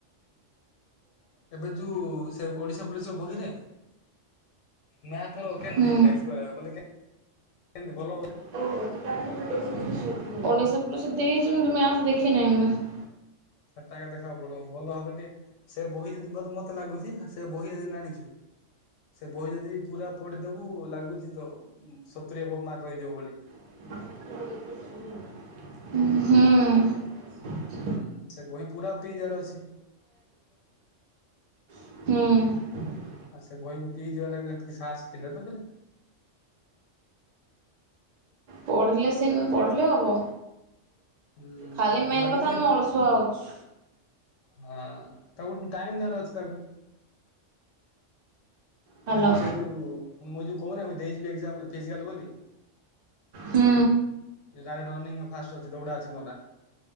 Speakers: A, on the left (about 80°); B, on the right (about 50°).
A: ଏବେ ଯୋଉ ସେ ଓଡିଶା ପୋଲିସ ର ବହିରେ ମ୍ୟାଥର ଓକେନ
B: ହୁଁ
A: ଦେଇଥିଲା କହିଆକୁ ଗଲେ କେ କେମିତି ଭଲୋ
B: <inaudible> ଓଡ଼ିଶା ପ୍ରସି ଦେଇଚି ମୁଁ ବି ମ୍ୟାପ ଦେଖିନାଇ ମୁଁ।
A: ସାତଟା ଆଙ୍କେ ଦେଖିବାକୁ ପଡିବ ଭଲ ଭାବରେ ଟିକେ ସେ ବୋହି ଯଦି <unintelligible> ମତେ ଲାଗୁଚି ହା ସେ ବୋହି <unintelligible> ସେ ବହି ଯଦି ପୁରା ପଡିଦବୁ ଲାଗୁଚି ତ ସତୁରି ଏଭବ ମାର୍କ ରହିଯିବ ବୋଲି।
B: ହୁଁ।
A: ହୁଁ ସେ ବହି ପୁରା ପି ଯାର ଅଛି।
B: ହୁଁ।
A: ଆଉ ସେ ବହିକୁ ପିଯିବା ରା ହେତିକି ସାହସ ଥିଲେ ତ ଫେରେ।
B: ପଢିଲେ ସେ ନ ପଢିଲେ ହବ
A: ହୁଁ
B: ଖାଲି
A: ମତେ
B: ମେନ୍
A: ଲାଗୁଛି
B: କଥା ଆମେ ଅଳସୁ ସୁ ଆଉଚୁ
A: ହଁ ତାକୁ ଗୋ ଟାଇମ୍ ଦବାର ଅଛି ତାକୁ
B: ହ୍ୟାଲୋ
A: ମୁଁ ଯୋଉ ସେ ଯୋଉ ମୁଁ ଯୋଉ କହୁନି ଆମେ ଦେଇଯିବି ଏକ୍ଜାମ ଫିଜିକାଲ ବୋଲି।
B: ହୁଁ।
A: ରା ରନିଙ୍ଗ ଫାଷ୍ଟ ଅଛି ଦୌଡା ଅଛି ମଲା।